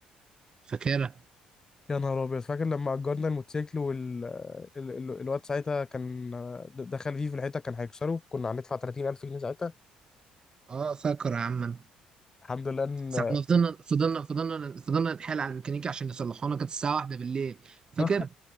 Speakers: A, on the right; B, on the left.
A: فاكرها
B: يا نهار أبيض فاكر لما أجرنا الموتوسيكل وال ال... ال... الواد ساعتها كان د- دخل فيه في الحتة كان هيكسره كنا هندفع 30000 جنيه ساعتها
A: اه فاكر يا عم أنا.
B: الحمد لله إن
A: ساعة ما فضلنا فضلنا فضلنا فضلنا نتحايل على الميكانيكي عشان يصلحونا كانت الساعة واحدة بالليل فاكر؟
B: <laughs>